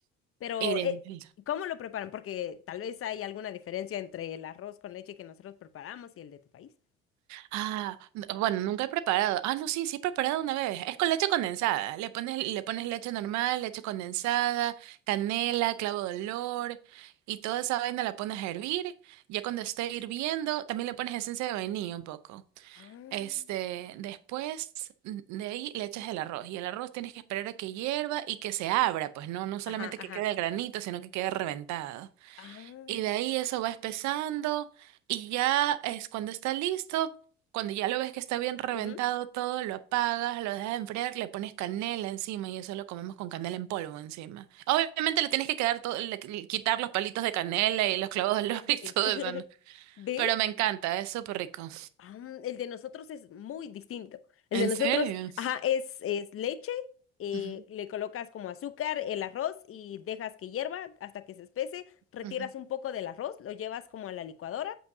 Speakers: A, on the left (about 50°); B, on the right (about 75°).
A: Pero,
B: Y de-
A: eh, ¿cómo lo preparan? Porque tal vez hay alguna diferencia entre el arroz con leche que nosotros preparamos y el de tu país.
B: Ah, n- bueno, nunca he preparado. Ah, no, sí, sí he preparado una vez. Es con leche condensada. Le pones, le pones leche normal, leche condensada, canela, clavo de olor y toda esa vaina la pones a hervir. Ya cuando esté hirviendo, también le pones esencia de vainilla un poco.
A: Ah,
B: Este, después mm, de ahí le echas el arroz y el arroz tienes que esperar a que hierva y que se abra, pues no, no solamente
A: Ajá,
B: que
A: ajá.
B: quede el granito, sino que quede reventado.
A: ah.
B: Y de ahí eso va espesando y ya es cuando está listo, cuando ya lo ves que está bien reventado
A: Ujú.
B: todo, lo apagas, lo dejas enfriar, le pones canela encima y eso lo comemos con canela en polvo encima. Obviamente le tienes que quedar todo, le- le- quitar los palitos de canela y los clavos de olor
A: Sí, sí,
B: <laughs> y todo
A: sí. <laughs>
B: eso, ¿no?
A: ¿Ve?
B: Pero me encanta, es súper rico.
A: Ah, el de nosotros es muy distinto. El
B: ¿En
A: de nosotros,
B: serio?
A: ajá, es, es leche, eh,
B: Ujú,
A: le colocas como azúcar, el arroz y dejas que hierva hasta que se espese, retiras
B: ujú.
A: un poco del arroz, lo llevas como a la licuadora,